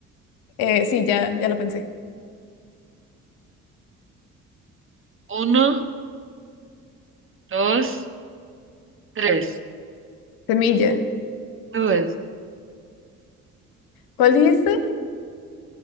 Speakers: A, on the left; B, on the right.
A: eh, sí, ya, ya lo pensé.
B: Uno, dos, tres.
A: Semilla.
B: Nubes.
A: ¿Cuál dijiste?